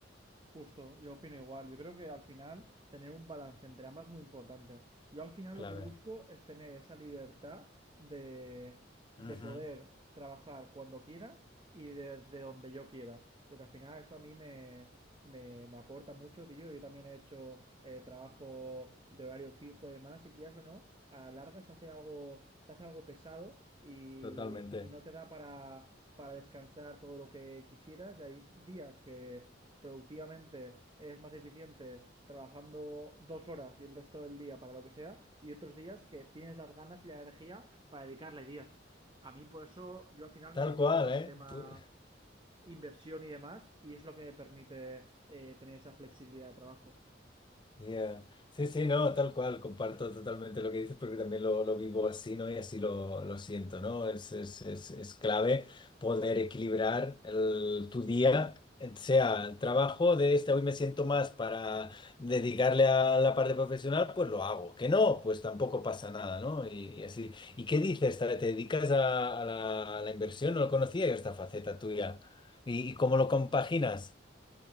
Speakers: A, on the right; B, on the left.
A: Justo, yo opino igual. Yo creo que al final tener un balance entre ambas es muy importante. Yo al final
B: Clave.
A: lo que busco es tener esa libertad de, de
B: Ujú,
A: poder trabajar cuando quiera y desde donde yo quiera. Porque al final eso a mí me, me, me aporta mucho, tío. Yo también he hecho eh, trabajo de horario fijo y demás, y quieras o no, a la larga se hace algo, se hace algo pesado y,
B: Totalmente.
A: y no te da para, para descansar todo lo que quisieras. Y hay días que productivamente es más eficiente trabajando dos horas y el resto del día para lo que sea, y otros días que tienes las ganas y la energía para dedicarle diez A mí por eso yo al final
B: Tal
A: me dedico
B: cual,
A: más
B: ¿eh?
A: a tema
B: Tú-
A: inversión y demás, y es lo que me permite eh, tener esa flexibilidad de trabajo.
B: Ya. Sí, sí, no, tal cual, comparto totalmente lo que dices porque también lo, lo vivo así, ¿no? Y así lo, lo siento, ¿no? Es, es, es, es clave poder equilibrar el- tu día, eh, sea el trabajo de este, hoy me siento más para dedicarle a la parte profesional, pues lo hago. Que no, pues tampoco pasa nada, ¿no? Y, y así. ¿Y qué dices? ¿Te te dedicas a, a la, a la inversión? No lo conocía yo esta faceta tuya. ¿Y, y cómo lo compaginas?